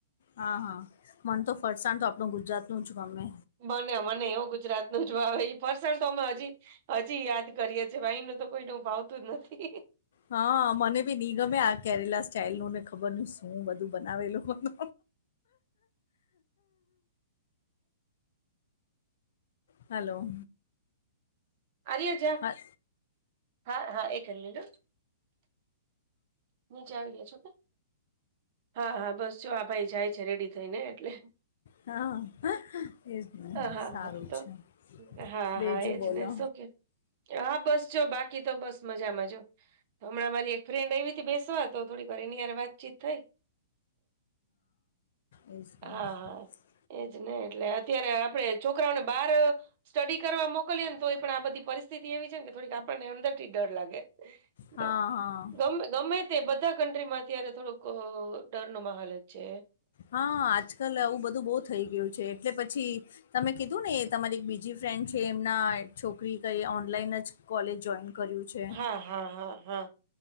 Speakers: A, on the left (about 55°); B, on the right (about 40°).
A: હા હા મન તો ફરસાણ તો આપણું ગુજરાત નું જ ગમે.
B: મને મને એવો ગુજરાત નું જ ભાવે ફરસાણ તો અમે હજી- હજી યાદ કરીએ છીએ આઈ નું તો કોઈને ભાવતું જ નથી.
A: હા મને બી ની ગમે આ કેરેલા સ્ટાઇલ નુંને ખબર ની શું? હું બધું બનાવેલું- હલો.
B: આજેજ
A: હા
B: હા હા એક <unintelligible> નીચે આવી ગ્યા છો કે. હા હા બસ જો આ ભાઈ જાય છે રેડી થઈને એટલે.
A: હા એજ
B: હા હા
A: સારું
B: હા, તો
A: છે
B: હા
A: બીજુ
B: હા એજ
A: બોલો.
B: ને શું કે હા બસ જો બાકી તો બસ મજામાંજો હમણાં મારી એક. ફ્રેન્ડ આવી. તી બેસવા તો થોડી વાર એની હારે વાતચીત થઈ.
A: એસ <inaudible>
B: હા હા એજ ને એટલે અત્યારે આપડે છોકરાઓને બહાર સ્ટડી કરવા મોકલીએ ને તો એ પણ આ બધી પરિસ્થિતિ એવી છે કે થોડીક આપણને અંદર થી ડર લાગે.
A: હા
B: તો
A: હ.
B: ગમે ગમે તે બધા કન્ટ્રીમાં અત્યારે થોડોક ડર નો માહોલ જ છે.
A: હા આજકાલ આવું બધું બો થઈ ગયું છે, એટલે પછી તમે કીધું ને તમારી એક બીજી ફ્રેન્ડ છે, એમના છોકરી કઈ ઓનલાઈન જ કોલેજ જોઈન કર્યું છે
B: હા હા હા હા.